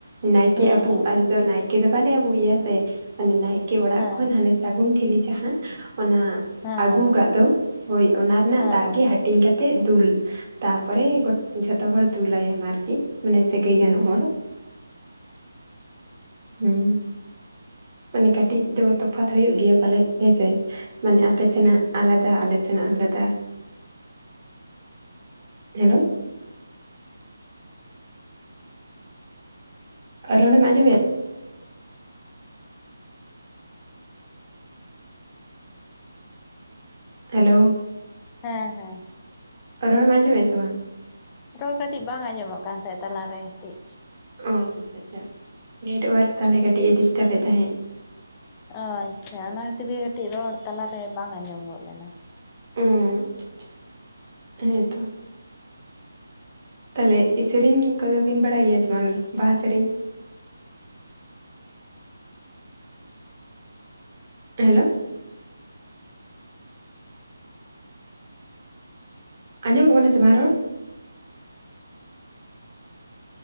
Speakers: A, on the right; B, on the left.
A: ᱱᱟᱭᱠᱮ
B: ᱦᱮᱸ
A: ᱟᱵᱩ
B: ᱦᱮᱸ
A: ᱟᱞᱮ ᱫᱚ ᱱᱟᱭᱠᱮ ᱫᱚ ᱵᱟᱞᱮ ᱟᱵᱩᱭᱮᱭᱟ ᱥᱮ ᱢᱚᱱᱮ ᱱᱟᱭᱠᱮ ᱚᱲᱟᱜ
B: ᱦᱮᱸ
A: ᱠᱷᱚᱱ ᱦᱟᱱᱮ ᱥᱟᱹᱜᱩᱱ ᱴᱷᱤᱞᱤ ᱡᱟᱦᱟᱸ ᱚᱱᱟ
B: ᱦᱮᱸ
A: ᱟᱹᱜᱩ
B: ᱦᱮᱸ
A: ᱟᱠᱟᱫ ᱫᱚ ᱦᱳᱭ ᱚᱱᱟ ᱨᱮᱱᱟᱜ
B: ᱦᱮᱸ
A: ᱫᱟᱜ
B: ᱦᱮᱸ
A: ᱜᱮ ᱦᱟᱹᱴᱤᱧ ᱠᱟᱛᱮᱜ ᱛᱮᱫ ᱫᱩᱞ ᱛᱟᱨᱯᱚᱨᱮ ᱜᱚᱴᱟ ᱡᱷᱚᱛᱚ ᱦᱚᱲ ᱫᱩᱞᱟᱭᱮᱢ ᱟᱨᱠᱤ ᱢᱟᱱᱮ ᱥᱟᱹᱜᱟᱹᱭ ᱜᱟᱱᱚᱜ ᱦᱚᱲ ᱦᱩᱸ ᱢᱟᱱᱮ ᱠᱟᱹᱴᱤᱡ ᱫᱚ ᱛᱚᱯᱷᱟᱛ ᱦᱩᱭᱩᱜᱭ ᱜᱮᱭᱟ ᱯᱟᱞᱮ ᱦᱮᱸᱥᱮ ᱢᱟᱱᱮ ᱟᱯᱮ ᱥᱮᱱᱟᱜ ᱟᱞᱟᱫᱟ ᱟᱞᱮ ᱥᱮᱱᱟᱜ ᱟᱞᱟᱫᱟ ᱦᱮᱞᱳ <unintelligible> ᱨᱚᱲ ᱮᱢ ᱟᱸᱡᱚᱢᱮᱫ ᱟ <unintelligible> ᱦᱮᱞᱳ
B: ᱦᱮᱸ ᱦᱮᱸ
A: ᱨᱚᱲᱮᱢ ᱟᱸᱡᱚᱢ ᱮᱫᱟ ᱥᱮ ᱵᱟᱝ
B: ᱨᱚᱲ ᱠᱟᱹᱴᱤᱡ ᱵᱟᱝ ᱟᱸᱡᱚᱢᱚᱜ ᱠᱟᱱ ᱛᱟᱦᱮᱸᱫ ᱛᱟᱞᱟᱨᱮ ᱠᱟᱹᱴᱤᱡ
A: ᱚᱻ ᱟᱪᱪᱷᱟ ᱟᱪᱪᱷᱟ ᱱᱮᱭᱟᱴᱟᱜ ᱳᱣᱟᱨᱠ ᱛᱟᱦᱚᱞᱮ ᱠᱟᱹᱴᱤᱡ ᱮ ᱰᱤᱥᱴᱟᱵᱮᱫ ᱛᱟᱦᱮᱸᱫ
B: ᱚ ᱟᱪᱪᱷᱟ ᱚᱱᱟ ᱠᱷᱟᱹᱛᱤᱨ ᱜᱮ ᱠᱟᱹᱴᱤᱡ ᱨᱚᱲ ᱛᱟᱞᱟᱨᱮ ᱵᱟᱝ ᱟᱸᱡᱚᱢ ᱜᱚᱫ ᱞᱮᱱᱟ᱾
A: ᱩᱸ ᱟᱪᱪᱷᱟ ᱟᱪᱪᱷᱟ ᱦᱮᱸ ᱛᱚ ᱛᱟᱦᱚᱞᱮ ᱥᱮᱨᱮᱧ ᱠᱚᱫᱚ ᱵᱤᱱ ᱵᱟᱲᱟᱭ ᱜᱮᱭᱟ ᱥᱮᱵᱟᱝ ᱵᱟᱦᱟ ᱥᱮᱨᱮᱧ ᱦᱮᱞᱳ ᱟᱸᱡᱚᱢᱚᱜ ᱠᱟᱱᱟ ᱥᱮ ᱵᱟᱝ ᱨᱚᱲ